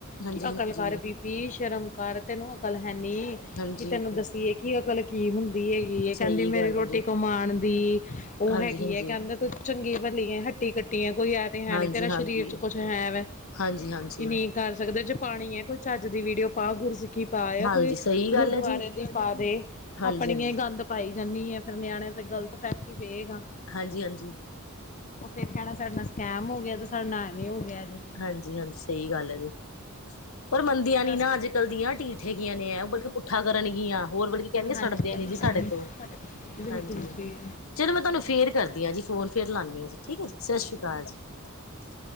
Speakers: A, on the left (about 80°); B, on the left (about 35°).
A: ਹਾਂਜੀ
B: ਕਿ ਅਕਲ
A: ਹਾਂਜੀ
B: ਕਰ ਬੀਬੀ ਸ਼ਰਮ ਕਾਰ ਤੇ ਨੂੰ ਹੈਨੀ
A: ਹਾਂਜੀ
B: ਕਿ ਤੈਨੂੰ ਦੱਸੀਏ ਕਿ ਅਕਲ ਕੀ ਹੁੰਦੀ ਹੈਗੀ
A: ਸਹੀ
B: ਕਹਿੰਦੀ ਮੇਰੀ
A: ਗੱਲ
B: ਰੋਟੀ
A: ਹੈ ਜੀ
B: ਕਮਾਉਣ ਦੀ ਉਹ
A: ਹਾਂਜੀ
B: ਹੈਗੀ
A: ਹਾਂਜੀ
B: ਹੈਏ ਕਹਿੰਦੇ ਤੂੰ ਚੰਗੀ ਭਲੀ ਹੈ ਹੱਟੀ ਕੱਟੀ ਹੈ ਕੋਈ ਐ ਤੇ ਹੈ
A: ਹਾਂਜੀ
B: ਨੀ ਤੇਰਾ
A: ਹਾਂਜੀ
B: ਸਰੀਰ ਚ ਕੁੱਛ ਹੈ ਵ
A: ਹਾਂਜੀ ਹਾਂਜੀ
B: ਕੀ ਨਹੀਂ ਕਰ ਸਕਦੇ ਪਾਣੀ ਹੈ ਕੋਈ ਝੱਜ ਦੀ ਵੀਡੀਓ ਪਾ ਗੁਰੂ ਸਿੱਖ ਕੀ ਪਾ ਆ
A: ਹਾਂਜੀ
B: ਕੋਈ
A: ਸਹੀ
B: ਗੁਰਦੁਆਰੇ
A: ਗੱਲ ਹੈ ਜੀ
B: ਦੀ ਪਾ ਦੇ
A: ਹਾਂਜੀ
B: ਆਪਣੀੀਆਂ
A: ਹਾਂਜੀ
B: ਗੰਦ ਪਾਈ ਜਾਂਦੀ ਆ ਫੇਿਰ ਨਿਆਣਣੇ ਤੇ ਗਲਤ ਇਫ਼ੇਕਟ ਹੀ ਪਏਗਾ
A: ਹਾਂਜੀ ਹਾਂਜੀ
B: ਉਹ ਫਿਰ ਕਹਿਣਾ ਸਾਡੇ ਨਾਲ ਸਕੈਮ ਹੋ ਗਿਆ ਤੇ ਸਾਡੇ ਨਾਲ ਐਵੇਂ ਹੋ ਗਿਆ ਜੇ।
A: ਹਾਂਜੀ ਹਾਂਜੀ ਸਹੀ ਗੱਲ ਹੈ ਜੀ ਪਰ ਮੰਦੀਆਂ
B: ਬਸ
A: ਨੀ ਨਾ ਅੱਜ ਕੱਲ੍ਹ ਦੀਆਂ ਟੀਠ ਹੈਗੀਆਂ ਨੇ ਉਹ ਬਲਕਿ ਪੁੱਠਾ ਕਰਨਗੀਆਂ ਹੋਰ ਬਤਲਬਿ ਕਹਿਣਗੇ ਸੜਦੇ
B: ਹਾਂਜੀ ਹਾਂਜੀ
A: ਨੇ ਜੀ ਸਾਡੇ ਤੋਂ
B: ਬਿਲਕੁਲ
A: ਹਾਂਜੀ
B: ਜੀ
A: ਚਲੋ ਮੈਂ ਤੁਹਾਨੂੰ ਫੇਰ ਕਰਦੀ ਹਾਂ ਜੀ ਫੋਨ ਫੇਰ ਲਾਂਦੀ ਹਾਂ ਜੀ ਠੀਕ ਹੈ ਜੀ ਸਤਿ ਸ੍ਰੀ ਅਕਾਲ ਜੀ